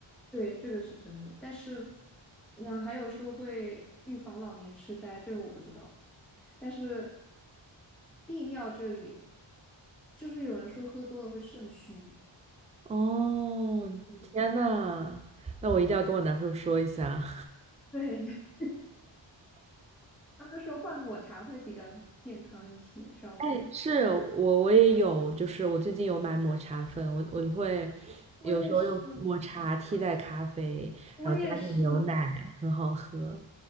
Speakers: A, in the centre; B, on the right.
A: 对，这个是真的。但是，那还有说会预防老年痴呆，这个我不知道。但是利尿这里，就是有人说喝多了会肾虚。
B: 哦，
A: 嗯。
B: 天呐，那我一定要跟我男朋友说一下。
A: <laughs> 对，对他们说换抹茶会比较健康一些，稍微。
B: 哎，是我我也有，就是我最近有买抹茶粉，我我会
A: 我也是，
B: 有时候用抹茶替代咖啡，
A: 我也是，
B: 然后加点牛奶，很好喝。